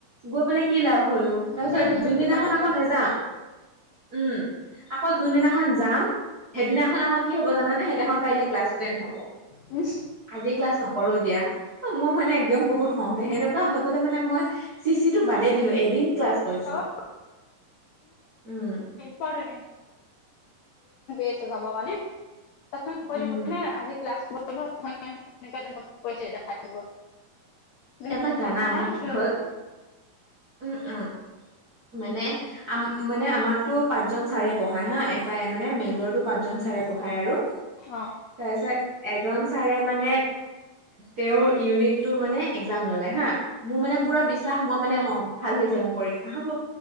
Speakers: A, on the right; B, on the left.
A: গৈ পেলাই কি লাভ হ'লনো, তাৰপিছত
B: এনে দিনটো
A: যোনদিনা
B: বেকাৰ
A: আকৌ নেযাম
B: যায়
A: উ'ম, আকৌ যোনদিনাখন যাম, সেইদিনাখন আকৌ কি হ'ব জানে সেইদিনাখন পাৰিলে ক্লাছটোৱে নহ'ব।
B: উ'মহ।
A: আজি ক্লাছ নকৰো দিয়া, অ মোৰ মানে একদম বহুত খং উঠে। সেনেকুৱা হৈ পেলাই মানে মই চি চি টো বাদে দিলো, এদিন ক্লাছ কৰিছো।
B: <unintelligible> প্ৰিপেচন
A: উম
B: কৰি আছো জাবৰ কাৰণে, তুমি কৈদিব
A: উম
B: মানে আজি ক্লাছ কৰি ব তেনেকুৱা তেনেকুৱ পৰিছে দেখাই দিব। তুমি
A: এবাৰ
B: ইফালে
A: জানা।
B: নৰা
A: মোৰ
B: সিফালে
A: কি হ'ল,
B: নৰা
A: উম, উম। মানে আ মানে আমাকতো পাঁচ জন ছাৰে পঢ়ায় হা! তাই মানে মেজৰতো পাঁচজন ছাৰে পঢ়ায় আৰু
B: অ
A: তাৰপিছত এজন ছাৰে মানে, তেওঁৰ ইউনিটটোৰ মানে এক্সাম ললে হা, মোৰ মানে
B: উম
A: পুৰা বিশ্বাস মই মানে অ ভাল হৈছে মোৰ পৰীক্ষা হব,